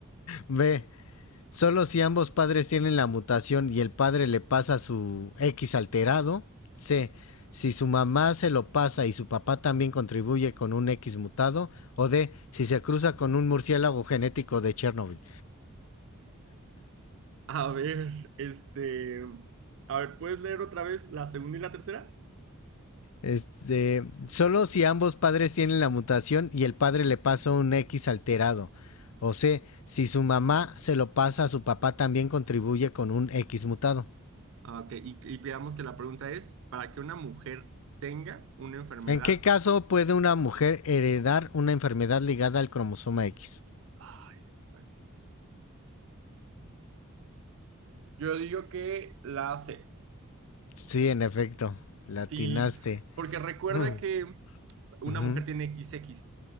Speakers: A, on the left (about 75°); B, on the right (about 60°).
A: B. Solo si ambos padres tienen la mutación y el padre le pasa su X alterado. C. Si su mamá se lo pasa y su papá también contribuye con un X mutado. O D. Si se cruza con un murciélago genético de Chernobyl.
B: A ver, este, a ver, ¿puedes leer otra vez la segunda y la tercera?
A: Este, solo si ambos padres tienen la mutación y el padre le pasa un X alterado. O C. Si su mamá se lo pasa a su papá también contribuye con un X mutado.
B: Ah, ok, y, y veamos que la pregunta es, ¿para que una mujer tenga una enfermedad?
A: ¿En qué caso puede una mujer heredar una enfermedad ligada al cromosoma X?
B: Ay, está- yo digo que la hace,
A: Sí, en efecto, latinaste.
B: sí, porque recuerda
A: Mm,
B: que una
A: ujú,
B: mujer tiene XX.